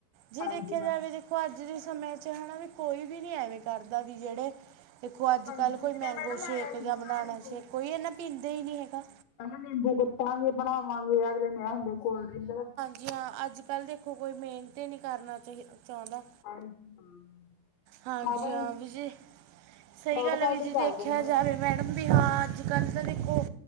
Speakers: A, on the right (about 80°); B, on the left (about 85°).
A: ਜੀ
B: ਹਾਂਜੀ
A: ਦੇਖਿਆ
B: ਮੈਮ
A: ਜਾਵੇ ਜੇ ਦੇਖੋ। ਅੱਜ ਦੇ ਸਮੇਂ ਚ ਹੈਨਾ, ਵੀ ਕੋਈ ਵੀ ਨੀ ਐਵੇਂ ਕਰਦਾ ਵੀ ਜਿਹੜੇ ਦੇਖੋ। ਅੱਜ
B: ਕੰਜਮੀ
A: ਕੱਲ ਕੋਈ ਮੈਂਗੋ
B: ਤਾਂ ਮੈਡਮ
A: ਸ਼ੇਕ
B: ਆਇਆ ਵੀ
A: ਜਾਂ,
B: ਬਣਾਉਣੀ
A: ਬਣਾਣਾ ਸ਼ੇਕ, ਕੋਈ ਇਹਨਾ ਪੀਂਦੇ ਹੀ ਨਹੀਂ ਹੈਗਾ।
B: ਹੈਨਾ ਨਿੰਬੂ ਕੁੱਟਾਂਗੇ ਬਣਾਵਾਂਗੇ ਅਗਲੇ ਨੂੰ ਇਹ ਹੁੰਦੇ ਕੋਲਡੀਰੀਨ
A: ਜੀ ਹਾਂ ਅੱਜ ਕੱਲ੍ਹ ਦੇਖੋ। ਕੋਈ ਮਿਹਨਤ ਨਹੀਂ ਕਰਨਾ ਚਾਹੀ ਚਾਹੁੰਦਾ।
B: ਹਾਂਜੀ ਹਾਂ <unintelligible>
A: ਹਾਂਜੀ
B: ਸਾਰੇ
A: ਹਾਂ ਵੀਰ ਜੀ,
B: ਸ਼ੋਰਟਕੱਟ
A: ਸਹੀ ਗੱਲ ਹੈ। ਵੀਰ
B: ਹੀ
A: ਜੀ ਦੇਖਿਆ
B: ਚੱਲਦੇ ਨੇ ਮੈਡਮ
A: ਜਾਵੇ ਮੈਂ ਬਿ ਹਾਂ ਅੱਜ ਕੱਲ੍ਹ ਤਾਂ ਦੇਖੋ।